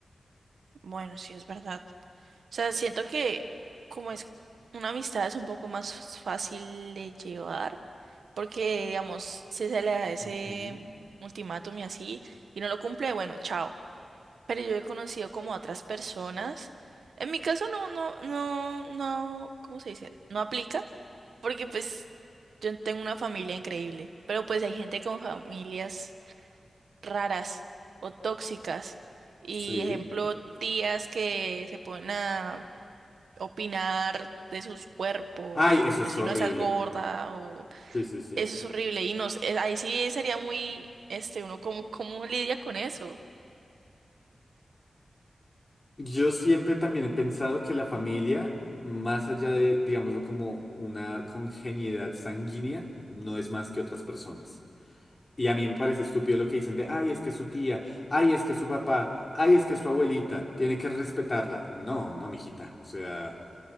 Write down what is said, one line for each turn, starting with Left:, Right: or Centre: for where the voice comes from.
Right: Bueno, sí, es verdad. O sea, siento que como es una amistad es un poco más fácil de llevar, porque digamos, si se le da ese
Left: Ujú.
Right: ultimátum y así, y no lo cumple, bueno, chao. Pero yo he conocido como otras personas. En mi caso no, no, no, no, ¿cómo se dice? No aplica, porque pues yo tengo una familia increíble, pero pues hay gente con familias raras o tóxicas. Y
Left: Sí.
Right: ejemplo, tías que se ponen a opinar de sus cuerpos,
Left: Ay, eso
Right: como
Left: es
Right: si
Left: horrible.
Right: no estás gorda o
Left: Sí, sí, sí.
Right: eso es horrible y nos eh, ahí sí sería muy este uno cómo cómo lidia con eso.
Left: Yo siempre también he pensado que la familia, más allá de, digámoslo, como una congeniedad sanguínea, no es más que otras personas. Y a mí me parece estúpido lo que dicen de, ay, es que su tía, ay, es que su papá, ay, es que su abuelita, tiene que respetarla. No, no, mijita. O sea,